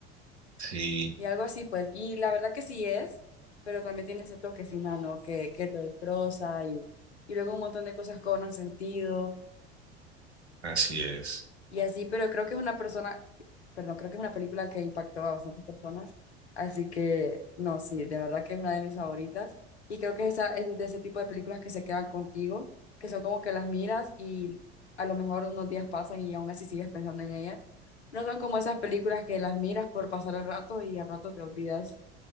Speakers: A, on the right (about 85°); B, on the left (about 80°).
A: Sí,
B: y algo así, pues. Y la verdad que sí es, pero también tiene ese toque final, ¿no? Que, que te destroza y, y luego un montón de cosas cobran sentido
A: así es.
B: y así, pero creo que es una persona, perdón, creo que es una película que impactó a bastantes personas, así que no, sí, de verdad que es una de mis favoritas y creo que esa es de ese tipo de películas que se quedan contigo, que son como que las miras y a lo mejor unos días pasan y aún así sigues pensando en ellas. No son como esas películas que las miras por pasar el rato y al rato te olvidas